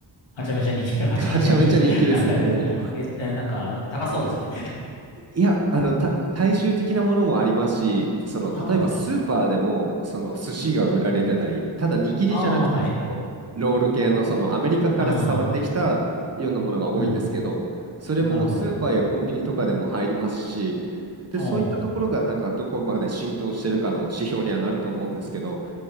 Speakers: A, on the left; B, on the right.
A: はちゃめちゃ人気、<laughs> はちゃめちゃ人気。
B: いやはちゃめちゃ人気ですね。
A: あれえっと、
B: も
A: なんか、高そうですね。
B: いや、あの、た、大衆的なものもありますし、その、
A: ああ、
B: 例えばスーパーでも、
A: ですか。
B: その、寿司が売られてたり、
A: ええ。
B: ただ握りじゃなくて、
A: ああ、はい。
B: その、ロール系の、その、アメリカから伝わってきたようなものが多いんですけど、
A: ああ、うん。
B: それもスーパーやコンビニとかでも入りますし、
A: なるほど。
B: で、
A: おー、
B: そういったところが、なんか、どこまで浸透してるかの指標にはなると思うんですけど、